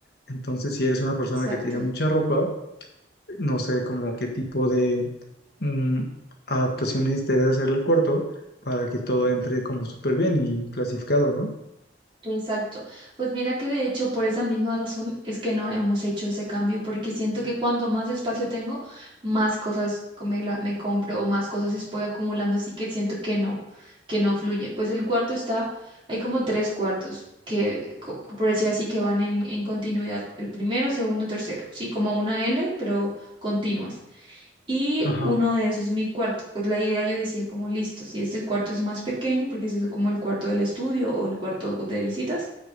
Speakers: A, on the left; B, on the right.
A: Entonces, si eres una persona
B: exacto,
A: que tiene mucha ropa, no sé como qué tipo de mm, adaptaciones te debe hacer el cuarto para que todo entre como súper bien y clasificado, ¿no?
B: exacto. Pues mira que de hecho por esa misma razón es que no hemos hecho ese cambio, porque siento que cuanto más espacio tengo, más cosas me, la- me compro o más cosas estoy acumulando, así que siento que no, que no fluye. Pues el cuarto está, hay como tres cuartos que, co- por decir así, que van en, en continuidad, el primero, segundo, tercero, sí, como una L, pero continuas. Y
A: Ajá.
B: uno de esos es mi cuarto. Pues la idea yo decía como listo, si este cuarto es más pequeño, porque ese es como el cuarto del estudio o el cuarto de visitas,